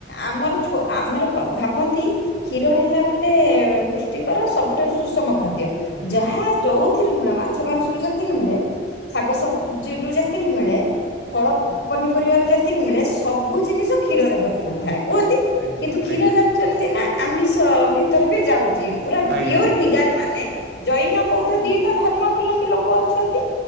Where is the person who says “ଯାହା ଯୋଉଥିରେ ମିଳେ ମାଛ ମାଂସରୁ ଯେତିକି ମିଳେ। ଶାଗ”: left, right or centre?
Left